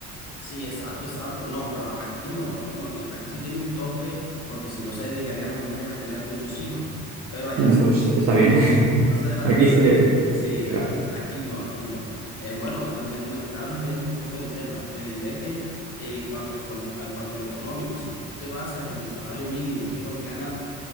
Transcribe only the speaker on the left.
sí, exacto, exacto. No, pero a- aquí no, aquí no, aquí, aquí sí tiene un tope, porque si no se dedicarían las mujeres a tener muchos hijos. Pero allá
Tasa de natalidad.
Sí, aquí,
aquí no, aquí no. Eh, bueno, entonces me- nos estábamos olvidando un poco del tema. Te diría que eh, cuanto econo- en cuanto a lo económico, si tú te basas en el salario mínimo, que es lo que gana,